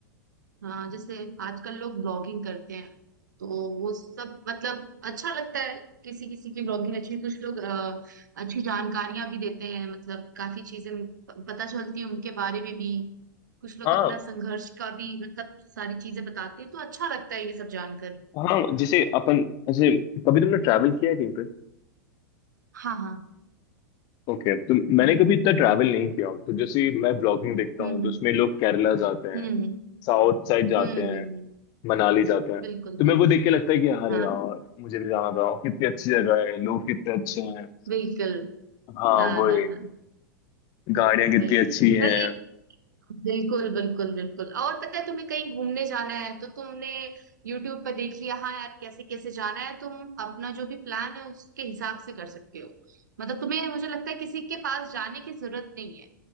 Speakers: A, on the right; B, on the left.
A: हाँ जैसे आजकल लोग ब्लॉगिंग करते हैं तो वो सब मतलब अच्छा लगता है किसी किसी की ब्लॉगिंग अच्छी कुछ लोग अ, अच्छी जानकारियां भी देते हैं मतलब काफी चीजें प- पता चलती हैं उनके बारे में भी कुछ लोग
B: हाँ
A: अपना संघर्ष का भी मतलब सारी चीजें बताते हैं तो अच्छा लगता है ये सब जानकर
B: हाँ जैसे अपन जैसे कभी तुमने ट्रैवल किया है कहीं
A: हाँ हाँ
B: ओके तो मैंने कभी इतना ट्रैवल नहीं किया तो जैसे मैं ब्लॉगिंग देखता
A: हम्म
B: हूँ तो उसमें लोग केरला जाते हैं
A: हम्म हम्म
B: साउथ साइड जाते
A: हम्म हम्म,
B: हैं
A: हम्म,
B: मनाली जाते हैं
A: बिल्कुल
B: तो
A: बिल्कुल
B: मैं वो देख के लगता है कि अरे
A: हाँ
B: यार मुझे भी जाना था कितनी अच्छी जगह है लोग कितने अच्छे हैं
A: बिल्कुल
B: हाँ
A: हाँ
B: वो
A: हाँ हाँ
B: गाड़ियाँ कितनी
A: वही
B: अच्छी हैं
A: वही बिल्कुल बिल्कुल बिल्कुल और पता है तुम्हें कहीं घूमने जाना है तो तुमने YouTube पर देख लिया हाँ यार कैसे कैसे जाना है तुम अपना जो भी प्लान है उसके हिसाब से कर सकते हो मतलब तुम्हें मुझे लगता है किसी के पास जाने की जरूरत नहीं है